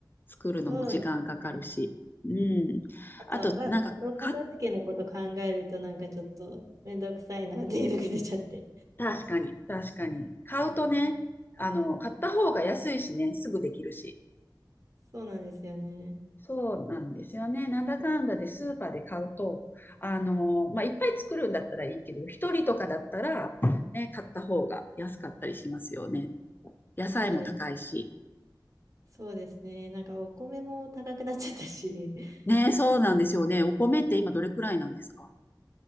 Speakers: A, on the left; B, on the right.
A: 作るのも時間かかるし。
B: そうですね。
A: うん。
B: あとはか、
A: あと、なんか、
B: 後片付けのこと考えるとなんかちょっとめんどくさいなっていうのが出ちゃって。
A: か、確かに、確かに。買うとね、あの、買った方が安いしね、すぐできるし。
B: <laughs> そうなんですよね。
A: そうなんですよね。なんだかんだでスーパーで買うと、あの、まあ、いっぱい作るんだったらいいけど、一人とかだったら、ね、買った方が安かったりしますよね。野菜も高いし。
B: そうです。そうですね。なんかお米も高くなっちゃったし。<laughs>
A: ね、そうなんですよね。お米って今どれくらいなんですか